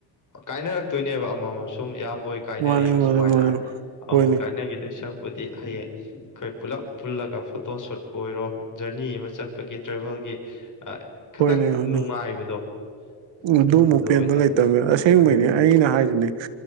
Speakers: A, on the left; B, on the right.
A: ꯀꯥꯏꯅꯔꯛꯇꯣꯏꯅꯦꯕ ꯑꯃꯃꯝ ꯁꯨꯝ ꯏꯌꯥꯝꯕꯣꯏ ꯀꯥꯏꯅꯔꯛꯏꯕ
B: ꯃꯥꯅꯤ ꯃꯥꯅꯤ
A: ꯁꯨꯃꯥꯏꯅ
B: ꯃꯥꯅꯤ
A: ꯑꯃꯃꯝ
B: ꯍꯣꯏꯅꯦ
A: ꯀꯥꯏꯅꯈꯤꯗꯣꯏ ꯁꯛ ꯗꯤ ꯍꯌꯦꯡ ꯑꯩꯈꯣꯏ ꯄꯨꯂꯞ ꯄꯨꯜꯂꯒ ꯐꯣꯇꯣ ꯁꯨꯠ ꯄꯨ ꯑꯣꯏꯔꯣ ꯖꯔꯅꯤ ꯑꯃ ꯆꯠꯄꯒꯤ ꯇ꯭ꯔꯦꯚꯦꯜꯒꯤ ꯑꯥ ꯈꯇꯪ
B: ꯍꯣꯏꯅꯦ ꯍꯣꯏꯅꯦ
A: ꯅꯨꯡꯉꯥꯏꯕꯗꯣ꫰꫰
B: ꯑꯗꯨꯃꯨꯛ
A: ꯑꯗꯨꯝꯕꯗꯣ
B: ꯄꯦꯟꯕ
A: ꯑꯣꯏꯅ
B: ꯂꯩꯇꯕꯅꯦ ꯑꯁꯦꯡꯕꯩꯅꯤ
A: ꯑꯥ
B: ꯑꯩꯅ ꯍꯥꯏꯁꯤꯅꯦ